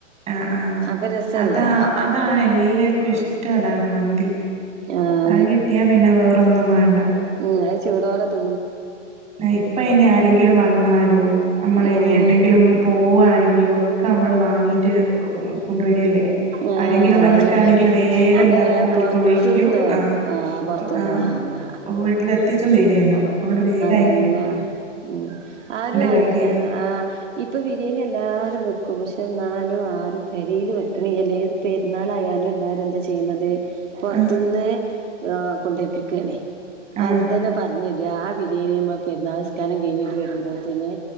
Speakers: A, on the right (about 15°); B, on the right (about 70°).
A: ആ ആ
B: അപ്പൊ രസല്ലേ
A: അതാ അതാണ് എല്ലര്ക്കും ഇഷ്ടം അതാണ് മന്തി.
B: ആഹ്
A: അത് കിട്ടിയാ പിന്നെ വേറൊന്നും മാണ്ട.
B: ഞഅ് ചൂടോടെ തിന്നുമ്പാ
A: ഇപ്പയ്ന് ആരെങ്കിലും വന്നാലും നമ്മൾ ഇനി
B: ഉം
A: ഏട്ടെങ്കിലും പോവാണെ ങ്കിലൊക്കെ നമ്മള് വാങ്ങീട്ട് കൊണ്ടോരല്ലേ.
B: ആഹ്
A: ആരെങ്കിലും
B: അതന്നെ
A: വന്ന്ക്കാണെങ്കിൽ വേഗം എന്താക്കൂ
B: ഏ
A: ഓൽക്ക്
B: പൊറത്തുന്ന്
A: വിളിക്യൂ ആ
B: പൊറത്തുന്ന്
A: ആ
B: വാങ്ങ
A: ഓ വീട്ടിൽ എത്തിച്ചും തരിയല്ലോ അതോണ്ട് വേഗ
B: തന്നെ. ഉം ആരും
A: കാര്യ
B: അങ്ങന ആ ഇപ്പൊ ബിര്യേണി എല്ലാ രും വെക്കും. പക്ഷെ എന്നാലും ആ ഒരു പെരീൽ വെ ക്ക്ണില്ലലേ ഏത് പെരുന്നാൾ ആയാലും എല്ലാരും എന്താ ചെയ്യുന്നത് പൊറത്ത്ന്ന്
A: ആ
B: ആഹ് കൊണ്ടര്പ്പിക്കാണേ
A: ആ
B: ആദ്യം തന്നെ പർഞ്ഞ് രാ ആ വിര്യേണി നമ്മൾ പെരുന്നാള്‍ നിസ്കാരം കഴിഞ്ഞിട്ട് വരുമ്പോത്തിന്